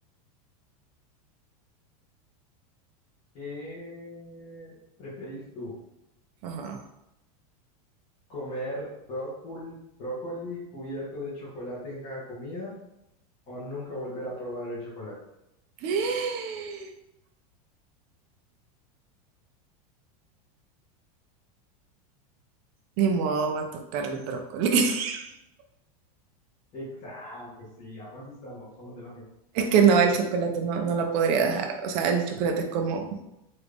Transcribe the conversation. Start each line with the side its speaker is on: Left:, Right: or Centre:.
Left: ¿Qué preferís tú?
Right: ajá.
Left: ¿Comer brócoli, brócoli cubierto de chocolate en cada comida O nunca volver a probar el chocolate.
Right: <gasps> Ni modo va a tocar el brócoli. <laughs>
Left: Exacto, sí, ah, pues estamos, somos de los mismos.
Right: Es que no, el chocolate no, no la podría dejar. O sea, el chocolate es como
Left: Mm.